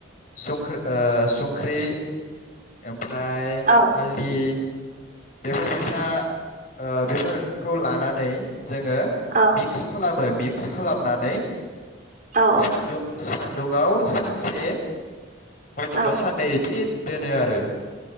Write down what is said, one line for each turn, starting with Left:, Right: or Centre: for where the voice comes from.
Left: सुंख्रै ख्रि ओमफ्राय <unintelligible>
Right: औ
Left: बेफोरबायसा ओ बेफोरखौ लानानै जोङो
Right: औ
Left: मिक्स खालामो मिक्स मिक्स खालामनानै
Right: औ
Left: सान्दु सान दुङाव सानसे हयथ'
Right: औ
Left: बा साननै इदि दोनो आरो